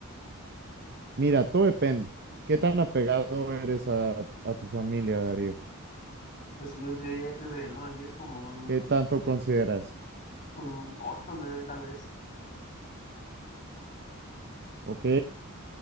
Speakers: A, on the right; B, on the left.
A: Mira, todo depende. ¿Qué tan apegado eres a, a tu familia, Darío?
B: pues yo diría que del uno al 10 como un,
A: ¿Qué tanto consideras?
B: un 8 9 tal vez,
A: ¿Ok?